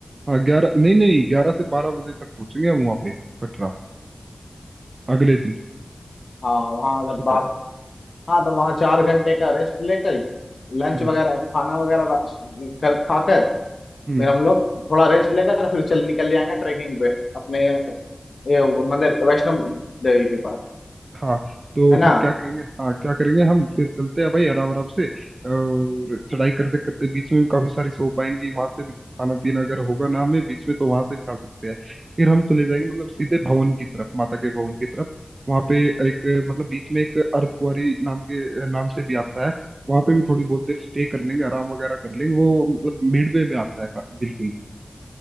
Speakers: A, on the right; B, on the left.
A: हाँ ग्यारह नहीं नहीं ग्यारह से बारह बजे तक पहुंचेंगे हम वहाँ पे कटरा अगले दिन
B: हाँ वहाँ अगर
A: सुबह
B: बार हाँ तो वहाँ चार घंटे का रेस्ट लेकर लंच
A: हम्म
B: वगैरह खाना वगैरह रा- कर खाकर
A: हम्म
B: फिर हम लोग थोड़ा रेस्ट लेकर फिर चल निकल जाएंगे ट्रैकिंग पे अपने ये वो मंदिर वैष्णो देवी के पास
A: हाँ तो
B: है ना
A: फिर क्या करेंगे हाँ क्या करेंगे हम फिर चलते हैं भाई आराम आराम से और चढ़ाई करते करते बीच में भी काफी सारी शॉप आएंगी वहां से भी कुछ खाना पीना अगर होगा ना हमें बीच में तो वहां से भी खा सकते हैं फिर हम चले जाएंगे मतलब सीधे भवन की तरफ माता के भवन की तरफ वहां पे एक मतलब बीच में एक अर्धकुंवारी नाम के नाम से भी आता है वहां पे भी थोड़ी बहुत देर स्टे कर लेंगे आराम वगैरह कर लेंगे वो मतलब मिडवे में आता है का- बिल्कुल